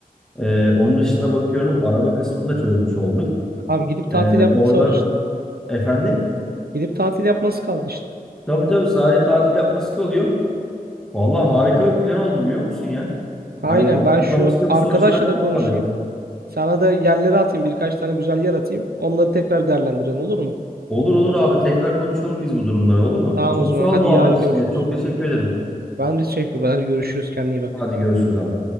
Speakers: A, in the centre; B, on the right.
A: E, onun dışında bakıyorum araba kısmını da çözmüş olduk.
B: Abi gidip tatil
A: E,
B: yapması
A: orada
B: var işte.
A: efendim
B: Gidip tatil yapması kaldı işte.
A: tabii tabii sadece tatil yapması kalıyor. Vallahi harika bir plan oldu biliyor musun ya?
B: Aynen.
A: Hani aklımda
B: Ben şu
A: başka
B: arkadaşla
A: bir soru işareti
B: da
A: kalmadı.
B: konuşayım. Sana da yerleri atayım. Birkaç tane güzel yer atayım. Onları tekrar değerlendirelim olur mu?
A: Olur olur abi. Tekrar konuşalım biz bu durumları olur mu?
B: Tamam
A: Çok
B: o zaman.
A: sağ
B: Hadi
A: ol muhabbet
B: yarın
A: için
B: görüşürüz.
A: de. Çok teşekkür ederim.
B: Ben de çekiyorum. Hadi görüşürüz. Kendine iyi bak.
A: Hadi görüşürüz abi.